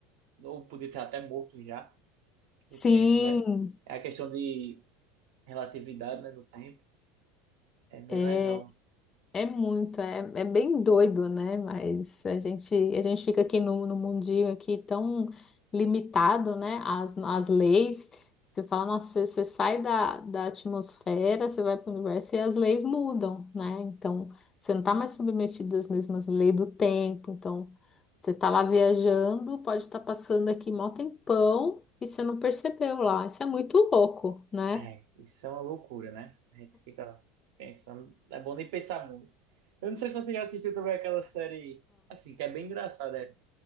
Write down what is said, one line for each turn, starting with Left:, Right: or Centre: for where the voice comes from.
Right: Ou podia estar até morto já, o tempo,
Left: Sim,
Right: né? É a questão de relatividade, né? Do tempo. É bem
Left: é.
Right: legal.
Left: É muito, é, é bem doido, né? Mas a gente, a gente fica aqui no, no mundinho aqui tão limitado, né? As, as leis. Você fala, nossa, você, você sai da, da atmosfera, você vai para o universo e as leis mudam, né? Então, você não está mais submetido às mesmas leis do tempo. Então, você está lá viajando, pode estar passando aqui mó tempão e você não percebeu lá. Isso é muito louco, né?
Right: É, isso é uma loucura, né? A gente fica pensando. É bom nem pensar muito. Eu não sei se você já assistiu também aquela série, assim, que é bem engraçada, é